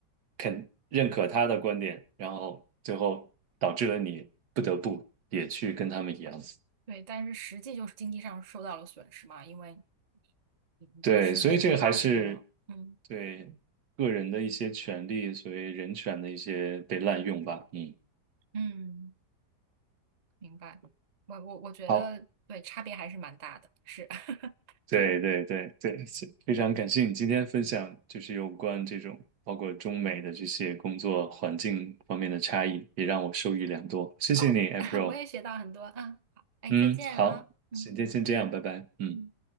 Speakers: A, on the right; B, on the right.
A: 肯认可他的观点，然后最后导致了你不得不也去跟他们一样。
B: 对，但是实际就是经济上受到了损失嘛，因为你你这个时间已经花出去了，
A: 对，所以这个还是
B: 嗯
A: 对个人的一些权利，所谓人权的一些被滥用吧。嗯，
B: 嗯，明白，我我我觉得对，
A: 好，
B: 差别还是蛮大的，是。<laughs>
A: 对对对对，是非常感谢你今天分享，就是有关这种包括中美的这些工作环境方面的差异，也让我受益良多。谢谢你，April。
B: 哦，<laughs> 我也学到很多，啊。好，哎，
A: 嗯，
B: 再见啊，
A: 好，
B: 嗯
A: 今天先这样，拜拜。嗯。
B: 嗯。